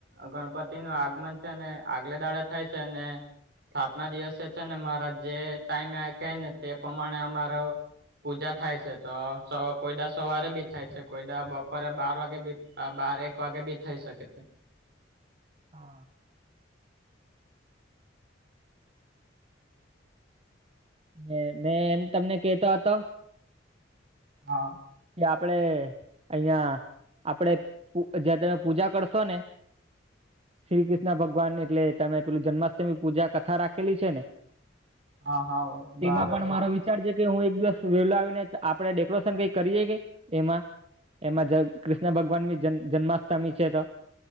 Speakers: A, on the right; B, on the right.
A: ગણપતિનું આગમન છે, ને આગલે દાડે થાય છે, ને સ્થાપના દિવસે છે, ને મારા જે ટાઈમે કેય ને તે પ્રમાણે અમારો પૂજા થાય છે, તો કોઈડા સવારે બી થાય છે, કોઈદા બપોરે બાર વાગે બી આ બાર એક વાગે બી થઈ શકે છે.
B: હા. મે મેં એમ તમને કેતો હતો.
A: હા.
B: કે આપડે અહિયાં આપડે જ્યાં તમે પૂજા કરશો ને શ્રી કૃષ્ણ ભગવાન એટલે તમે પેલું જન્માષ્ટમી પૂજા કથા રાખેલી છે, ને
A: હા હા બરાબર
B: તેમાં પણ
A: છે.
B: મારો વિચાર છે, કે હું એક દિવસ વેલો આવીને આપણે ડેકોરેશન કઈ કરીએે કે એમાં એમાં જ કૃષ્ણ ભગવાનની જ જન્માષ્ટમી છે, તો